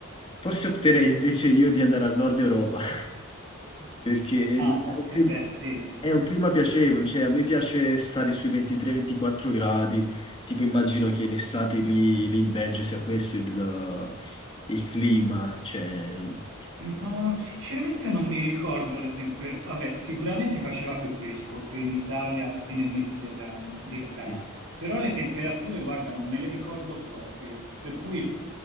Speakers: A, on the left; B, on the right.
A: forse opterei invece io di andare al nord Europa, <laughs> perché il-
B: Ah,
A: è
B: ok,
A: un clim-
B: eh beh, sì, sì.
A: è un clima piacevole, cioè a me piace stare sui 23-24 gradi, tipo immagino che in estate lì, lì in Belgio sia questo il, il clima, cioè... il-
B: No, sinceramente non mi ricordo le temperature. Vabbè, sicuramente faceva più fresco che in Italia e nel Mediterraneo d'estate,
A: eh, sì.
B: però le temperature, guarda, non me le ricordo proprio, per cui